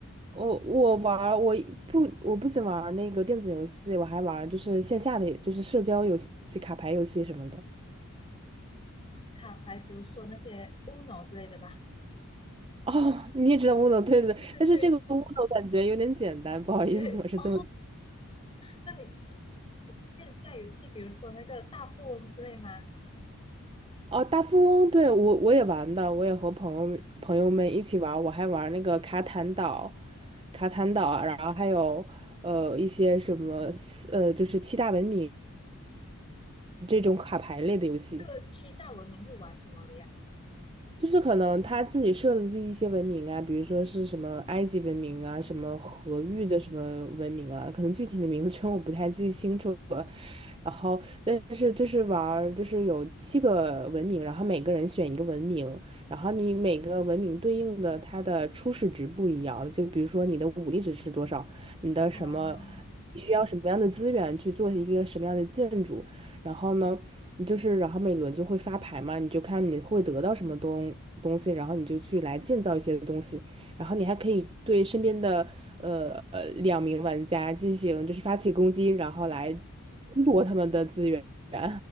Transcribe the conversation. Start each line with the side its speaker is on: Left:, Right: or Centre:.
Right: 我我玩儿我不我不仅玩儿那个电子游戏，我还玩儿就是线下的就是社交游戏、卡牌游戏什么的。
Left: 卡牌，比如说那些 Uno 之类的吧。
Right: 哦，你也知道乌诺，对对对，
Left: 对对对
Right: 但是这个乌诺感觉有点简单，不好意思，
Left: 对，
Right: 我是这么。
Left: 哦，那你线下游戏，比如说那个大富翁之类吗？
Right: 哦，大富翁，对，我我也玩的，我也和朋友们朋友们一起玩儿我还玩儿那个卡坦岛，卡坦岛啊然后还有呃一些什么呃就是七大文明这种卡牌类的游戏。
Left: 这这个七大文明是玩什么的呀？
Right: 就是可能他自己设的计一些文明啊，比如说是什么埃及文明啊，什么河域的什么文明啊，可能具体的名称 <laughs> 我不太记清楚了。然后，但是就是玩儿就是有七个文明，然后每个人选一个文明，然后你每个文明对应的它的初始值不一样，就比如说你的武力值是多少，你的什么
Left: 哦，
Right: 需要什么样的资源去做一个什么样的建筑。然后呢，你就是然后每轮就会发牌嘛，你就看你会得到什么东东西，然后你就去来建造一些东西，然后你还可以对身边的呃呃两名玩家进行就是发起攻击，然后来争夺他们的资源。<laughs>